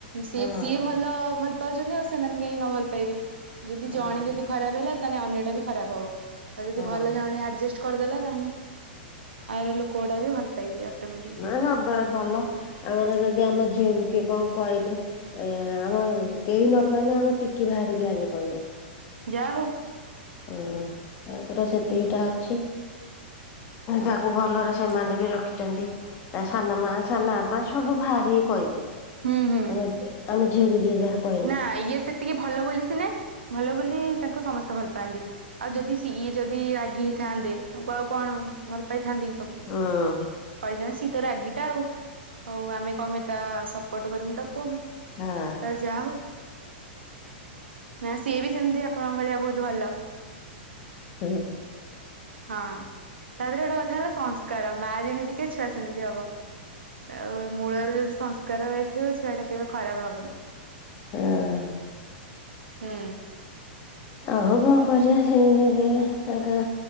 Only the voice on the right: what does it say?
ସି
ସିଏ ଭଲ ଭଲ ପାଉଛନ୍ତି ଆଉ ସେମାନେ କାହିଁ ନ ଭଲ ପାଇବେ ଯଦି
ଜଣେ ଯଦି ଖରାପ ହେଲା ତାହେଲେ ଅନ୍ୟଟା ବି ଖରାପ ହବ ଆଉ ଯଦି
ଭଲ ଜଣେ ଆଡଜଷ୍ଟ କରିଦେଲା ତାହେଲେ ଆର ଲୋକ ଗୁଡାକ ବି ଭଲ ପାଇବେ ଅଟୋମେଟିକ।
ଯା ହଉ।
ହୁଁ
ହୁଁ ହୁଁ
ନା ଇଏ ସେତିକି ଭଲ ବୋଲି ସିନା ଭଲ ବୋଲି ତାଙ୍କୁ ସମସ୍ତେ ଭଲ ପାଆନ୍ତି। ଆଉ ଯଦି ସିଏ ଯଦି ରାଗି ହେଇଥାନ୍ତେ ତାଙ୍କୁ ଆଉ କଣ ଭଲ ପାଇଥାନ୍ତେ କି।
କହିଥାନା ସିଏ ତ ରାଗିଟା ଆଉ ହଉ ଆମେ କମେ ତା ସପୋର୍ଟ କରିମୁ ତାକୁ ଆମେ।
ଯା ହଉ ନା ସିଏ ବି ସେମିତି ଆପଣଙ୍କ ଭଳିଆ ବହୁତ ଭଲ।
ହଁ ତାପରେ ଗୋଟେ କଥା ହେଲା ସଂସ୍କାର ମା ଯେମିତିକା ଛୁଆ ସେମତି ହବ। ଆଉ ମୂଳରେ ଯଦି ସଂସ୍କାର ପାଇଥିବ ଛୁଆ ଟା କେବେ ଖରାପ ହବନି।
ହୁଁ